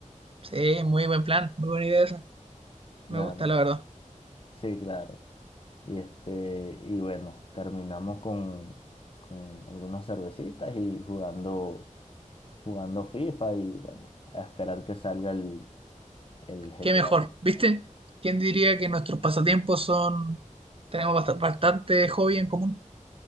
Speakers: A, on the right (about 45°); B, on the left (about 45°).
A: Sí, muy buen plan, muy buena idea esa.
B: Claro,
A: Me gusta, la verdad.
B: sí, claro. Y este, y bueno, terminamos con, con algunas cervecitas y jugando, jugando FIFA y bueno, a esperar que salga el, el GTA.
A: Qué mejor,
B: com-
A: ¿viste? ¿Quién diría que nuestros pasatiempos son... Tenemos bast- bastante hobby en común.